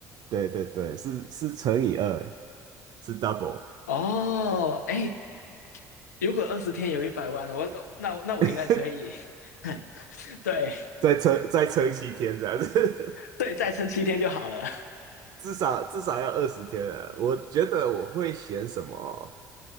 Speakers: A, on the right; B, on the left.
A: 对对对，是是乘以二，是 double，
B: 哦，哎，如果二十天有一百万了，我那那我应该可以。
A: <laughs>
B: <laughs> 对
A: 再撑再撑七天这样子，
B: 对，再撑七天就好了。
A: <laughs> 至少至少要二十天啊。我觉得我会选什么？